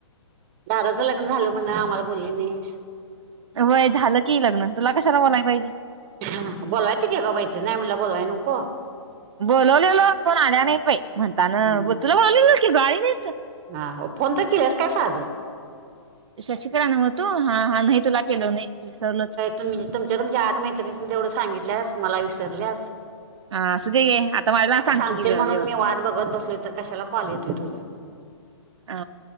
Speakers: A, on the right (about 20°); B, on the right (about 65°).
A: दाराचं लग्न झालं म्हण आम्हाला बोलली नाही.
B: वय झालं की लग्न तुला कशाला बलायला पाहिजे.
A: ह बोोलवायच के का बाई ते नामला बोललावाय न को
B: बोलवलेल कोण आल्या नाही पा म्हणता ना
A: हम्म
B: ब तुला बोलवलेलं की गाडी नाहीत.
A: हा हो फोन तर केलंस काय साजं
B: शशिकराने होतू हा हा नाही तुला केलं नाही विसरल
A: तुम् तुमच्या तुमच्या आठ मैत्रणी तेवढं सांगितल्यास मला विसरल्यास
B: ह असं ते गे आता मलाला
A: अगं
B: सांगतो
A: सांगशील
B: कि
A: म्हणून
B: ए
A: मी वाट बघत बसल तर कशाला कॉल येतय तुझा-
B: अ